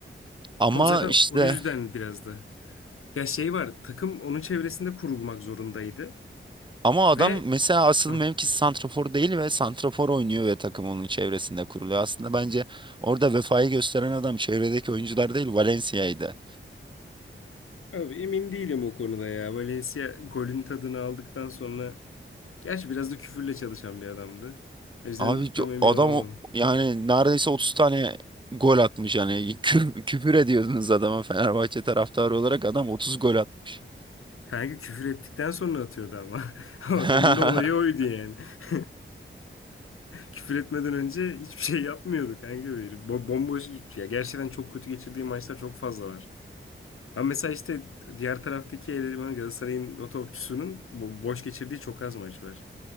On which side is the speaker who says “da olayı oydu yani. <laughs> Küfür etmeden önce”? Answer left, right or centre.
Left